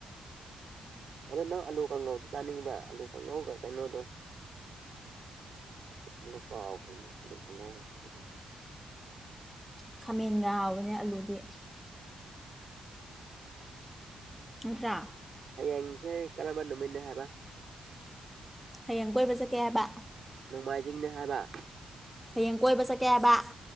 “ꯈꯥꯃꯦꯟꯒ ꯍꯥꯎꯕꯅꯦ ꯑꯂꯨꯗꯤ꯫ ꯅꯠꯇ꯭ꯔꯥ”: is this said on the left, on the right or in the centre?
Centre